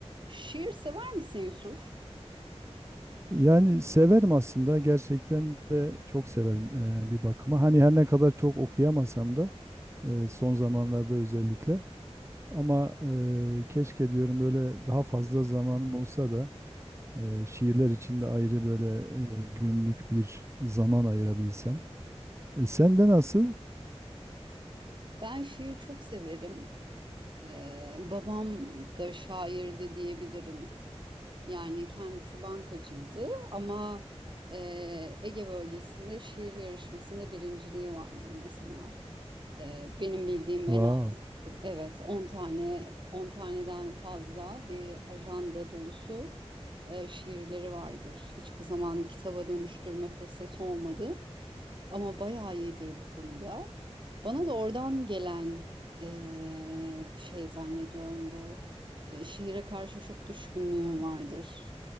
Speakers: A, on the right; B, on the right.
A: Şiir sever misin Yusuf?
B: Yani severim aslında gerçekten de çok severim eee, bir bakıma. Hani her ne kadar çok okuyamasam da eee, son zamanlarda özellikle ama eee, keşke diyorum böyle daha fazla zamanım olsa da eee, şiirler için de ayrı böyle eee, günlük bir zaman ayırabilsem. E, sende nasıl?
A: Ben şiir çok severim. Ee, babam da şairdi diyebilirim. Yani kendisi bankacıydı ama e, Ege bölgesinde şiir yarışmasında birinciliği vardır mesela. Ee, benim bildiğim
B: Vay.
A: en az evet 10 tane 10 taneden fazla bir ajanda dolusu e, şiirleri vardır. Hiçbir zaman kitaba dönüştürme fırsatı olmadı. ama bayağı iyidir bu konuda. Bana da oradan gelen eee, bir şey zannediyorum bu. E, şiire karşı çok düşkünlüğüm vardır.